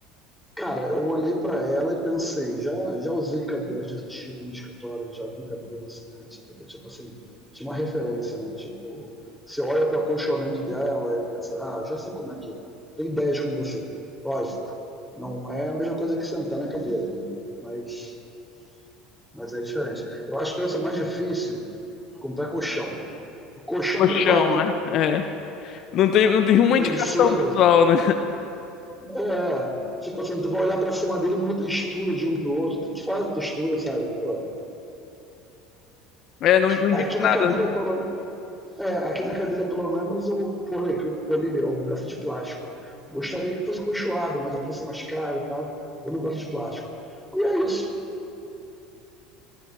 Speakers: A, in the centre; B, on the left.
A: Cara, eu olhei para ela e pensei, já, já usei cadeiras desse tipo em escritório, já vi cadeiras assim antes, porque, tipo assim, tinha uma referência, né? Tipo, você olha para o acolchoamento dela e pensa, ah, já sei como é que é. Tem ideias com você. Lógico, não é a mesma coisa que sentar na cadeira, né? Mas, mas é diferente. Eu acho que deve ser mais difícil comprar colchão. O colchão
B: colchão,
A: é tudo igual, né?
B: né? É. Não tem, não tem uma
A: travesseiro.
B: indicação visual, né?
A: É, tipo assim, tu vai olhar pra cima dele e muda a textura de um pro outro. Tu faz a textura, sabe? Pô.
B: É, não, não
A: Aqui
B: indica
A: na
B: nada.
A: cadeira,
B: né?
A: pelo, é, aqui na cadeira, pelo menos, eu pulei, eu pulei o braço de plástico. Gostaria que fosse cochoado, mas a pressão mais cara e tal. Vou no braço de plástico. E é isso.